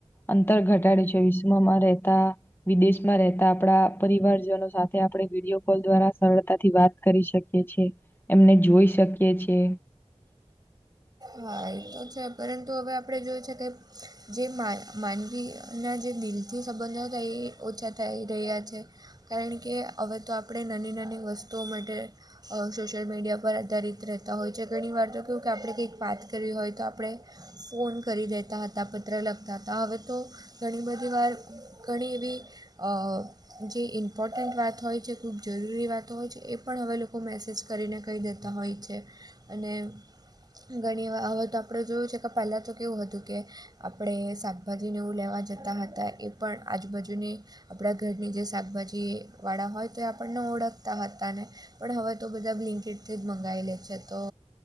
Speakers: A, on the left; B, on the right.
A: અંતર ઘટાડે છે વિશ્વમાં રહેતા વિદેશમાં રહેતા આપડા પરિવારજનો સાથે આપણે વિડીયો કોલ દ્વારા સરળતાથી વાત. કરી શકી છે એમને જોઈ શકીએ છે.
B: હા એ તો છે પરંતુ હવે આપણે જોય છે કે જે માનવીના જે દિલ જે સંબંધ તો એ ઓછા થઈ રહ્યા છે. કારણ કે હવે તો આપણે નાની નાની વસ્તુઓ માટે અ સોશિયલ મીડિયા પર આધારિત રહેતા હોય છે ઘણી વાર તો કેવું કે આપણે કઈક વાત કરવી હોય તો આપણે ફોન કરી દેતા હતા પત્ર લખતા હતા હવે તો ઘણી મ વાર ઘણી એવી અ જે ઇમ્પોર્ટન્ટ વાત હોય છે ખૂબ જરૂરી વાતો હોય છે એ પણ હવે લોકો મેસેજ કરીને કહી દેતા હોય છે અને. ઘણી વાર હવે તો આપણે જોયું છે કે પહેલાં તો કેવું હતું કે આપણે શાકભાજીને એવું લેવા જતા હતા એ પણ આજુબાજુની આપણા ઘરની જે શાકભાજીવાળા હોય તો એ આપણને ઓળખતા હતા ને. પણ હવે તો બધા બ્લિંકિટ જ મંગાવી લે છે તો.